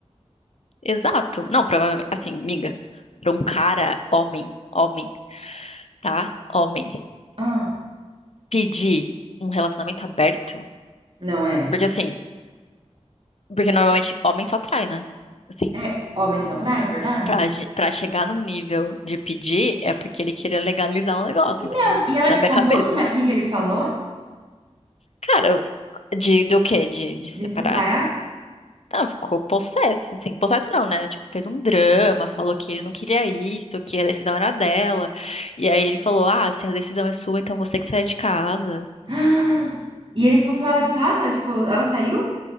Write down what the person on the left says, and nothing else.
Exato. Não, provavelmente, assim, miga, pra um cara, homem, homem, tá? Homem,
pedir um relacionamento aberto,
porque assim, porque normalmente homem só trai, né? Assim,
pra, ge- pra chegar num nível de pedir, é porque ele queria legalizar um negócio,
entendeu?
Na
minha
cabeça.
Cara, eu- de, do quê? De, de separar?
Não, ficou possesso, assim, possesso não, né? Tipo, fez um drama, falou que ele não queria isso, que a decisão era dela. E aí ele falou: "Ah, se a decisão é sua, então você que sai de casa".